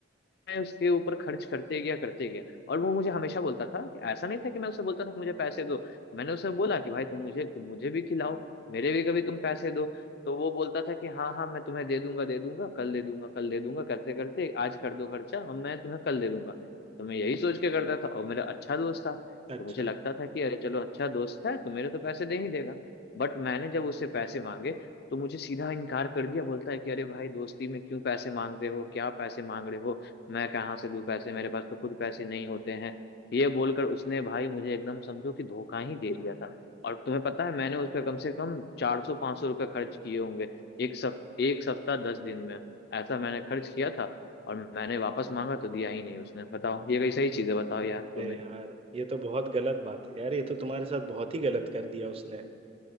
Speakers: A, on the left; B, on the right.
A: मैं उसके ऊपर खर्च करते गया करते गया और वो मुझे हमेशा बोलता था कि ऐसा नहीं था कि मैं उसे बोलता था कि मुझे पैसे दो मैंने उसे बोला कि भाई तुम मुझे तुम मुझे भी खिलाओ मेरे भी कभी तुम पैसे दो तो वो बोलता था कि हाँ हाँ मैं तुम्हें दे दूंगा दे दूंगा कल दे दूंगा कल दे दूंगा करते करते आज कर दो खर्चा और मैं तुम्हें कल दे दूंगा तो मैं यही सोच के करता था और मेरा अच्छा दोस्त था
B: अच्छा
A: तो मुझे लगता था कि अरे चलो अच्छा दोस्त है तो मेरे तो पैसे दे ही देगा बट मैंने जब उससे पैसे मांगे तो मुझे सीधा इनकार कर दिया बोलता है कि अरे भाई दोस्ती में क्यों पैसे मांगते हो क्या पैसे मांग रहे हो मैं कहाँ से दूं पैसे मेरे पास तो खुद पैसे नहीं होते हैं ये बोलकर उसने भाई मुझे एकदम समझो कि धोखा ही दे दिया था और तुम्हें पता है मैंने उस पर कम से कम चार सौ पांच सौ रुपये खर्च किए होंगे एक सप एक सप्ताह दस दिन में ऐसा मैंने खर्च किया था और मैंने वापस मांगा तो दिया ही नहीं उसने बताओ ये कई सही चीजें बताओ यार
B: अरे
A: तुम्हें
B: यार ये तो बहुत गलत बात है यार ये तो तुम्हारे साथ बहुत ही गलत कर दिया उसने